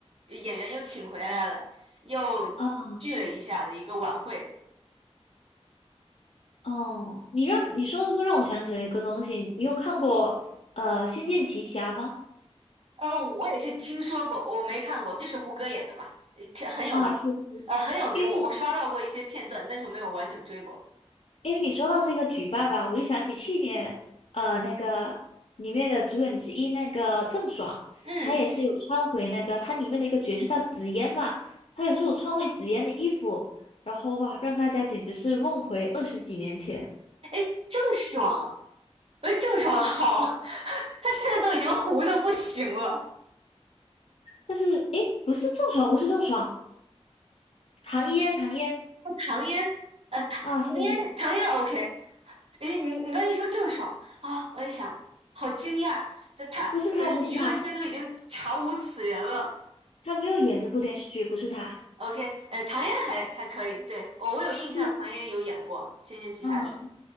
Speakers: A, on the right; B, on the left.
A: 演员又请回来了，又
B: 哦
A: 聚了一下的一个晚会。
B: 哦，你让你说这个让我想起了一个东西，
A: 嗯，
B: 你有看过呃《仙剑奇侠》吗？
A: 呃，我也是听说过，我没看过，就是胡歌演的嘛，呃挺很有名，
B: 啊，是是，
A: 呃，很有名，
B: 因为
A: 我我刷到过一些片段，但是我没有完整追过。
B: 因为你说到这个举办吧，我就想起去年，呃，那个里面的主演之一那个郑爽，
A: 嗯，
B: 她也是有穿回那个她里面的一个角色叫紫嫣嘛，她也是有穿回紫嫣的衣服，然后哇，让大家简直是梦回二十几年前。
A: 哎，郑爽。我郑爽好，<laughs> 她现在都已经糊的不行了。
B: 但是诶，不是郑爽，不是郑爽，唐嫣，唐嫣
A: 唐嫣，呃，唐唐嫣，
B: 啊，是是，
A: 唐嫣 OK。你你你刚一说郑爽啊，我一想，好惊讶，这她感觉娱乐圈都已经查无此人了。
B: 不是她，不是她，她没有演这部电视剧，不是她，
A: OK，呃，唐嫣还还可以，对，我我有印象，
B: 是
A: 唐嫣有演过《仙剑奇侠传》。
B: 嗯。